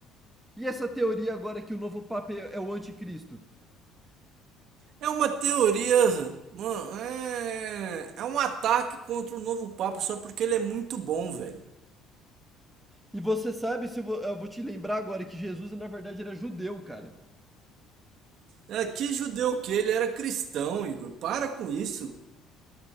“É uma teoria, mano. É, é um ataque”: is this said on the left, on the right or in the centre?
Right